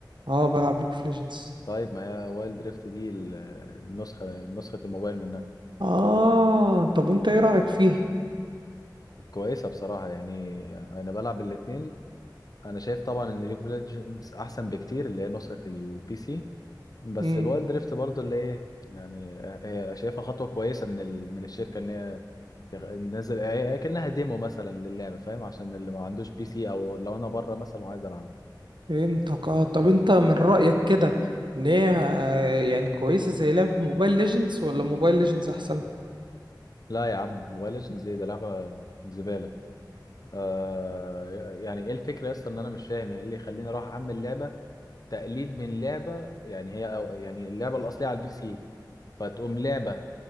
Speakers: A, on the right; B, on the left.
A: اه بلعب ليج اوف ليجندز
B: طيب ما هي وايلد دريفت دي ال- النسخه نسخه الموبايل منها
A: اه طب وانت ايه رأيك فيها
B: كويسه بصراحه يعني انا بلعب الاتنين انا شايف طبعا ان ليج اوف ليجندز احسن بكتير اللي هي نسخه البي سي بس
A: امم
B: الوايلد دريفت برضو اللي ايه يعني هي شايفها خطوه كويسه من ال... من الشركه ان هي تغ- تنزل هي كأنها ديمو مثلا للعبه فاهم عشان اللي ما عندوش بي سي او لو انا بره مثلا وعايز العب
A: فهمتك اه طب انت من رأيك كده ان هي آه، يعني كويسة زي لعبة موبايل ليجندز ولا موبايل ليجندز احسن
B: لا يا عم موبايل ليجندز ايه ده لعبه زباله آه يعني ايه الفكره يا اسطى ان انا مش فاهم يعني ايه اللي يخليني اروح احمل لعبه تقليد من لعبه يعني هي أو يعني اللعبه الاصليه على البي سي فتقوم لعبه